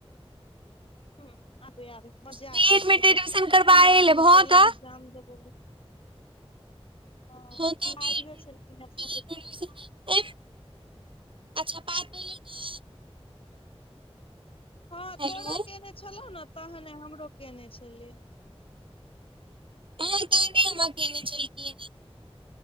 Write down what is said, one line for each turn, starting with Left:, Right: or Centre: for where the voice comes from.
Left: ह आबी आब मजा
Right: बी
Left: आ
Right: एड
Left: त
Right: मे तऽ एडमिशन करबाए
Left: दुनू आदमी
Right: लेब हँ
Left: चलब
Right: तऽ
Left: एगजाम देबे ल ह
Right: हँ तऽ
Left: बिहारीयो
Right: बी एड मे
Left: छलखिन अपना
Right: बी
Left: के
Right: एड मे एडमिशन एम अच्छा बात भेलौ ने
Left: हँ
Right: हेलो
Left: तोरा केने छलौ ने तहने हमरो केने छलियै
Right: हँ त हम केने चलक <unintelligible>